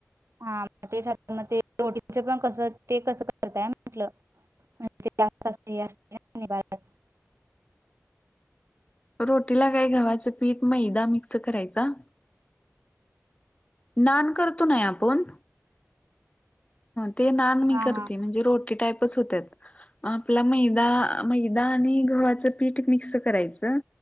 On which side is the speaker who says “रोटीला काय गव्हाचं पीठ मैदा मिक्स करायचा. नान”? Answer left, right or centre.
Left